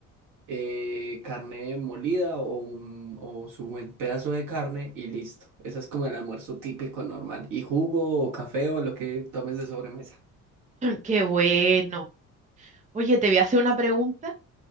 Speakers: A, on the right (about 50°); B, on the right (about 15°).
A: eh, carne molida o, un- o su buen pedazo de carne y listo. Eso es como el almuerzo típico normal. Y jugo o café o lo que tomes de sobremesa.
B: Qué bueno. Oye, te voy a hacer una pregunta